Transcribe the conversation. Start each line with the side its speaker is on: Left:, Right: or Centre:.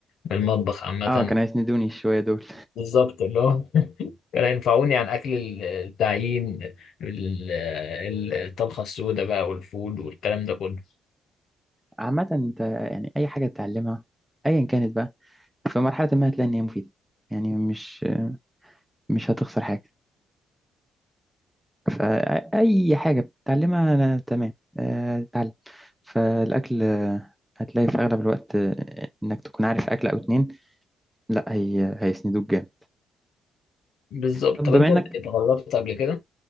Left: من المطبخ عامة
Centre: اه كانوا هيسندوني شوية دول
Left: بالظبط اللي هو <laughs> كانوا ينفعوني عن أكل التعيين ال- ال- الطبخة السوداء بقى والفول والكلام ده كله
Centre: عامة انت يعني أي حاجة تتعلمها أيا كانت بقى في مرحلة ما هتلاقي إن هي مفيدة يعني مش مش هتخسر حاجة فأي حاجة بتتعلمها أنا تمام آه، اتعلم فالأكل آه، هتلاقي في أغلب الوقت آه، إنك تكون عارف أكل أو اتنين لا هي هيسندوك جامد
Left: بالظبط
Centre: طب
Left: طب
Centre: بما
Left: أنت
Centre: إنك
Left: اتغربت قبل كده؟